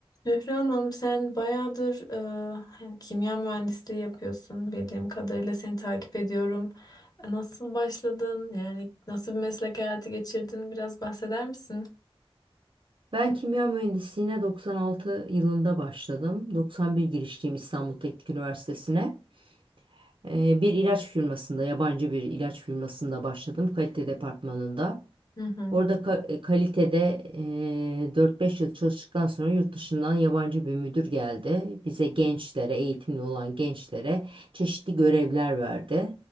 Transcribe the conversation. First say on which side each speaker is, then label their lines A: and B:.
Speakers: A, on the left; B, on the right.
A: Zühre Hanım sen bayağıdır e, kimya mühendisliği yapıyorsun bildiğim kadarıyla seni takip ediyorum. E, Nasıl başladın? Yani nasıl bir meslek hayatı geçirdin? Biraz bahseder misin?
B: Ben kimya mühendisliğine 96 yılında başladım. 91 girişliyim İstanbul Teknik Üniversitesi'ne. Ee, bir ilaç firmasında, yabancı bir ilaç firmasında başladım kalite departmanında.
A: Hı hı.
B: Orada ka- e, kalitede e, 4-5 yıl çalıştıktan sonra yurt dışından yabancı bir müdür geldi. Bize gençlere, eğitimli olan gençlere çeşitli görevler verdi.